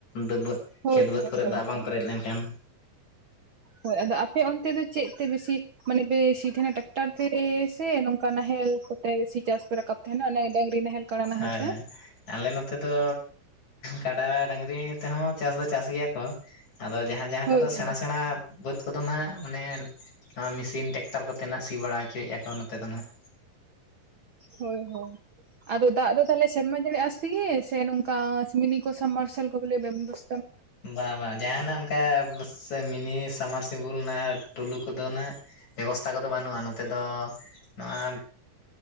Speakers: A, on the left (about 55°); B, on the right (about 55°).
A: ᱰᱟᱹᱵᱟᱹ
B: ᱦᱳᱭ
A: ᱠᱷᱮᱛ ᱵᱟᱹᱫᱽ
B: ᱦᱳᱭ
A: ᱠᱚᱨᱮᱜ
B: ᱦᱳᱭ
A: ᱫᱟᱜ ᱵᱟᱝ
B: ᱦᱳᱭ
A: ᱯᱮᱨᱮᱡ ᱞᱮᱱᱠᱷᱟᱱ᱾
B: ᱦᱳᱭ ᱟᱫᱚ ᱟᱯᱮ ᱚᱱᱛᱮ ᱫᱚ ᱪᱮᱫ ᱛᱮᱯᱮ ᱥᱤ ᱢᱟᱱᱮ ᱯᱮ ᱥᱤ ᱛᱟᱦᱮᱱᱟ ᱴᱮᱠᱴᱟᱨ ᱛᱮ ᱥᱮ ᱱᱚᱝᱠᱟ ᱱᱟᱦᱮᱞ ᱠᱚᱛᱮ ᱜᱮ ᱥᱤ ᱪᱟᱥ ᱯᱮ ᱨᱟᱠᱟᱵ ᱛᱮᱦᱮᱱᱟ ᱚᱱᱮ ᱰᱟᱹᱝᱨᱤ ᱱᱟᱦᱮᱞ ᱠᱟᱲᱟ ᱱᱟᱦᱮᱞ
A: ᱦᱟᱭ
B: ᱛᱮ
A: ᱦᱟᱭ᱾ ᱟᱞᱮ ᱱᱚᱛᱮ ᱫᱚ ᱠᱟᱰᱟ ᱰᱟᱹᱝᱨᱤ ᱛᱮᱦᱚᱸ ᱪᱟᱥ ᱫᱚ ᱪᱟᱥ ᱜᱮᱭᱟ ᱠᱚ᱾ ᱟᱫᱚ ᱡᱟᱦᱟᱸ ᱡᱟᱦᱟᱸ
B: ᱦᱳᱭ
A: ᱠᱚᱫᱚ
B: ᱦᱳᱭ
A: ᱥᱮᱬᱟ ᱥᱮᱬᱟ ᱵᱟᱹᱫᱽ ᱠᱚᱫᱚ ᱱᱟᱸᱜ ᱢᱟᱱᱮ ᱚᱸ ᱢᱤᱥᱤᱱ ᱴᱮᱠᱴᱟᱨ ᱠᱚᱛᱮ ᱱᱟᱜ ᱥᱤ ᱵᱟᱲᱟ ᱦᱚᱪᱚᱭᱮᱜᱼᱟ ᱠᱚ ᱱᱚᱛᱮ ᱫᱚ ᱱᱟᱦᱟᱜ᱾
B: ᱦᱳᱭ ᱦᱳᱭ ᱟᱫᱚ ᱫᱟᱜ ᱫᱚ ᱛᱟᱞᱦᱮ ᱥᱮᱨᱢᱟ ᱡᱟᱹᱲᱤ ᱟᱥ ᱛᱤᱜᱮ ᱥᱮ ᱱᱚᱝᱠᱟ ᱢᱤᱱᱤ ᱠᱚ ᱥᱟᱵᱢᱟᱨᱥᱟᱞ ᱠᱚᱜᱮᱞᱮ ᱵᱮᱵᱚᱥ
A: ᱵᱟᱸ ᱵᱟᱸ ᱡᱟᱸᱦᱟᱱᱟ <unintelligible> ᱵᱟᱥᱮ ᱢᱤᱱᱤ ᱥᱟᱢᱟᱨ ᱥᱤᱵᱩᱞ ᱱᱟ ᱴᱩᱞᱩ ᱠᱚᱫᱚ ᱱᱟᱦᱟᱜ ᱵᱮᱵᱚᱥᱛᱷᱟ ᱠᱚ ᱫᱚ ᱵᱟᱹᱱᱩᱜᱼᱟ ᱱᱚᱛᱮ ᱫᱚ ᱱᱚᱣᱟ